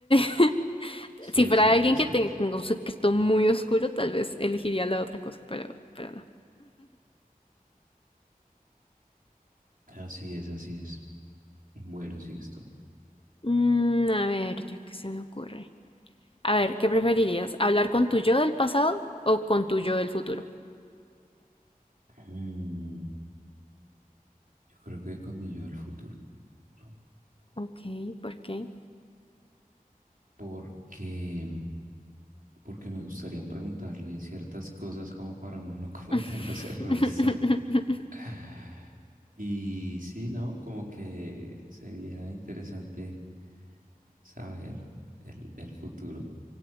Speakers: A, on the left; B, on the right.
A: <laughs>
B: Sí,
A: si
B: exacto,
A: fuera alguien
B: exacto.
A: que ten- tenga un secreto muy oscuro, tal vez elegiría la otra cosa, pero, pero no.
B: Así es, así es. Bueno, sigues tú.
A: Mm, a ver, yo qué se me ocurre. A ver, ¿qué preferirías? ¿Hablar con tu yo del pasado o con tu yo del futuro?
B: Mm. Yo creo que con mi yo del futuro, ¿no?
A: Ok, ¿por qué?
B: porque, porque me gustaría preguntarle ciertas cosas como para uno no <laughs> cometer
A: <laughs>
B: los errores. <laughs> Y sí, ¿no? Como que sería interesante saber el, el futuro.